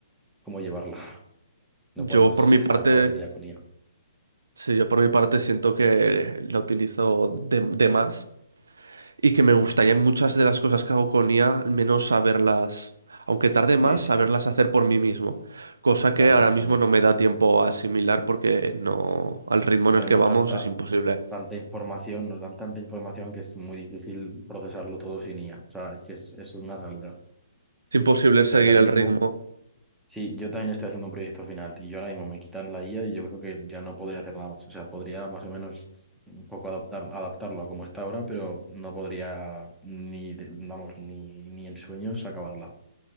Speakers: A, in the centre; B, on the right.
A: cómo llevarla. <laughs> No
B: yo
A: podemos
B: por mi
A: estar
B: parte,
A: todo el día con ella.
B: sí, yo por mi parte siento que la utilizo de, de más y que me gustaría en muchas de las cosas que hago con IA, al menos saberlas, aunque tarde más,
A: Sí, sí,
B: saberlas hacer por mí mismo, cosa
A: claro,
B: que ahora
A: yo
B: mismo
A: también.
B: no me da tiempo a asimilar porque no, al ritmo en
A: Tenemos
B: el que vamos
A: tanta,
B: es imposible.
A: tanta información, nos dan tanta información que es muy difícil procesarlo todo sin IA. O sea, es que es, es una realidad.
B: Es imposible seguir
A: O sea, yo ahora
B: el
A: mismo,
B: ritmo.
A: sí, yo también estoy haciendo un proyecto final y yo ahora mismo me quitan la IA y yo creo que ya no podría hacer nada más. O sea, podría más o menos un poco adaptar, adaptarlo a como está ahora, pero no podría ni, de- vamos, ni, ni en sueños acabarla.